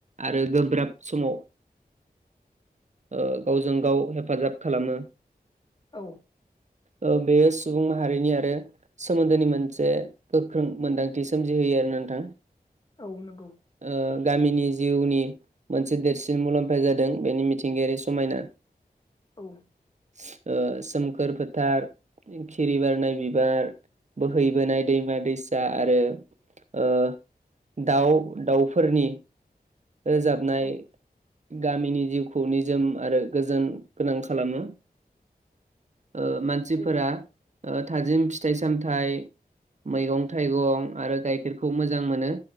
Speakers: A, on the right; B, on the left.
A: आरो गोब्राब समाव ओ गावजों- गाव हेफाजाब खालामो।
B: औ।
A: ओ बेयो सुबुं माहारिनि आरो सोमोन्दोनि मोनसे गोख्रों मोन्दांथि सोमजिहोयो आरो,, नोंथां
B: औ नंगौ
A: ओ गामिनि जिउनि मोनसे देरसिन मुलाम्फा जादों बेनि मिथिंगायारि सु समायना
B: औ
A: सोम सोमखोर फोथार खिरि बारनाय बिबार बोहैबोनाय दैमा दैसा आरो ओ दाउ दाउफोरनि रोजाबनाय
B: औ
A: गामिनि जिउखौ निजोम आरो गोजोन गोनां खालामो ओ मानसिफोरा
B: औ
A: ओ थाजिम फिथाइ सामथाइ मैगं थाइगं आरो गाइखेरखौ मोजां मोनो।